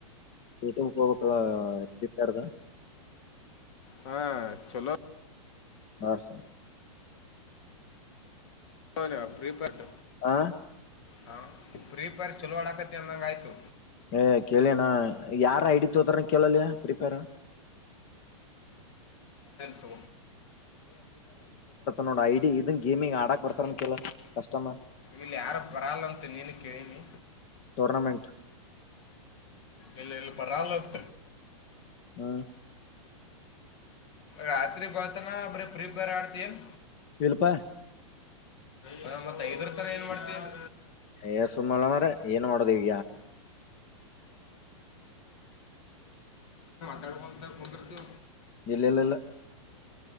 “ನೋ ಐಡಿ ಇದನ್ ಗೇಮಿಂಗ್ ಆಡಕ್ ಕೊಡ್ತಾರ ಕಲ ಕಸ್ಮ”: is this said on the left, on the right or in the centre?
Left